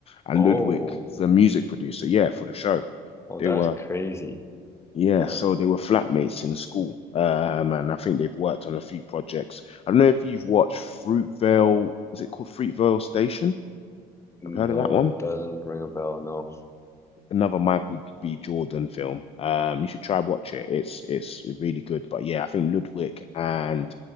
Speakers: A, on the left; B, on the left.
A: and
B: oh,
A: Ludwig, the music producer, yeah, for the show.
B: oh,
A: They
B: that's
A: were
B: crazy.
A: yeah,
B: Yeah.
A: so they were flatmates in school. Um, and I think they've worked on a few projects. I don't know if you've watched Fruitvale, is it called Fruitvale Station?
B: No,
A: Have you heard of that one?
B: it doesn't ring a bell, no.
A: another Michael B. Jordan film. Um, you should try watch it. It's it's really good. But yeah, I think Ludwig and